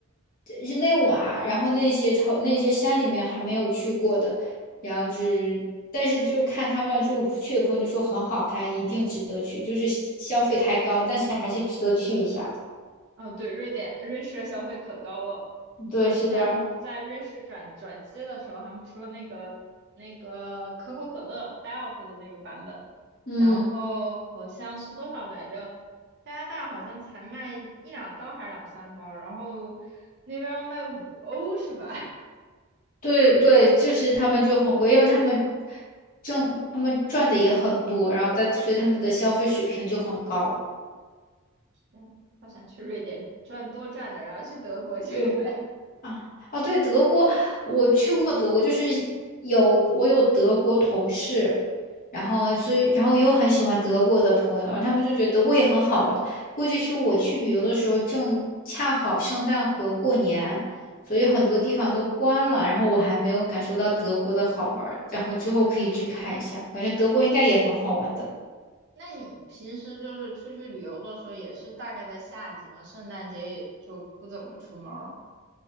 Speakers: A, on the left (about 40°); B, on the right (about 55°).
A: 日内瓦，然后那些城那些山里面还没有去过的，然后就是但是就看他们就去的朋友就说很好看，一定值得去，就是消费太高，但是还是值得去一下的。
B: 哦，对，瑞典、瑞士的消费可高了。我记得之前在瑞士转转机的时候，
A: 对，是的。
B: 他们说那个那个可口可乐 Diet 的那个版本，
A: 嗯，
B: 然后好像是多少来着？加拿大好像才卖一两刀还是两三刀，然后那边要卖五欧是吧？
A: 对对，就是他们就很贵，因为他们挣，他们赚的也很多，然后但所以他们的消费水平就很高。
B: <laughs> 天，好想去瑞典赚多赚点，然后去德国消费。
A: 对。啊啊，对，德国，我去过德国，就是有我有德国同事，然后所以然后也有很喜欢德国的朋友，
B: <laughs> 嗯，
A: 然后他们就觉得德国也很好玩。估计是我去旅游的时候正恰好圣诞和过年，所以很多地方都关了，
B: 啊。
A: 然后我还没有感受到德国的好玩儿然后之后可以去看一下，感觉德国应该也很好玩的。
B: 那你们平时就是出去旅游的时候，也是大概在夏季嘛？圣诞节也就不怎么出门了。